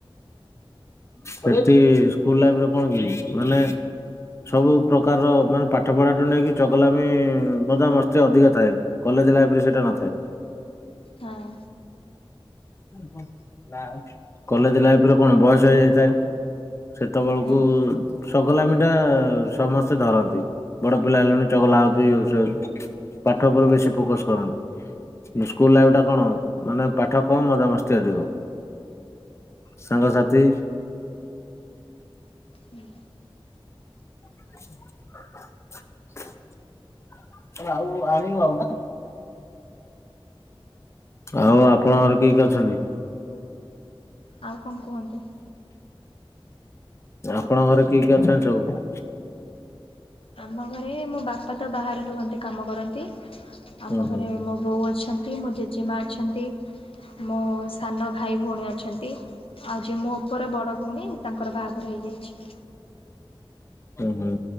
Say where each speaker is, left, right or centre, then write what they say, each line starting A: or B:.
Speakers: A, on the left; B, on the left.
A: ସେଠି ସ୍କୁଲ ଲାଇଫ କଣ କି ମାନେ ସବୁ ପ୍ରକାରର ମାନେ ପାଠ ପଢାଠୁ ନେଇକି ଚଗଲାମି ମଜାମସ୍ତି ଅଧିକା ଥାଏ। କଲେଜ ଲାଇଫରେ ସେଇଟା ନଥାଏ।
B: ହଁ
A: <unintelligible> କଲେଜ ଲାଇଫରେ କଣ ବୟସ ହେଇଯାଇଥାଏ। ସେତେବେଳକୁ
B: ହଁ
A: ଚଗଲାମି ଟା ସମସ୍ତେ ଧରନ୍ତି ବଡ ପିଲା ହେଲଣି ଚଗଲା ହଉଛୁ ଇଏ ହଉଛୁ ସିଏ ହଉଛୁ ପାଠ ଉପରେ ବେଶୀ ଫୋକସ କରନ୍ତି। ସ୍କୁଲ ଲାଇଫ୍ ଟା କଣ? ମାନେ ପାଠ କମ ମଜାମସ୍ତି ଅଧିକ ସାଙ୍ଗସାଥି
B: ହୁଁ।
A: <inaudible> ଆଉ ଆଣିବ ଆଉ ନା ଆଉ ଆପଣଙ୍କର କିଏ କିଏ ଅଛନ୍ତି?
B: ଆଉ କଣ କୁହନ୍ତୁ?
A: ଆପଣଙ୍କ ଘରେ କିଏ କିଏ ଅଛନ୍ତି ସବୁ?
B: ଆମ ଘରେ ମୋ ବାପା ତ ବାହାରେ ରୁହନ୍ତି କାମ କରନ୍ତି ଆମ
A: ହୁଁ ହୁଁ
B: ଘରେ ମୋ ବୋଉ ଅଛନ୍ତି ମୋ ଜେଜେମା ଅଛନ୍ତି ମୋ ସାନ ଭାଇ ଭଉଣୀ ଅଛନ୍ତି ଆଉ ଯିଏ ମୋ ଉପରେ ବଡ ଭଉଣୀ ତାଙ୍କର ବାହାଘର ହେଇଯାଇଛି।
A: ହୁଁ ହୁଁ